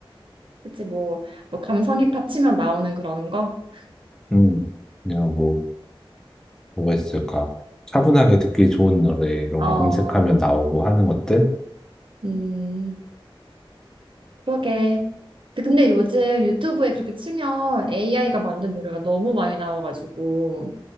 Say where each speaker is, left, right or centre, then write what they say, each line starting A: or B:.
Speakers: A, on the right; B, in the centre.
A: 그치, 뭐, 뭐, 감성 힙합 치면 나오는 그런 거?
B: 음, 그냥 뭐. 뭐가 있을까? 차분하게 듣기 좋은 노래 이런
A: 어,
B: 거
A: 어.
B: 검색하면 나오고 하는 것들?
A: 음, 그러게. 근데 요즘 유튜브에 그렇게 치면 AI가 만든 노래가 너무 많이 나와가지고,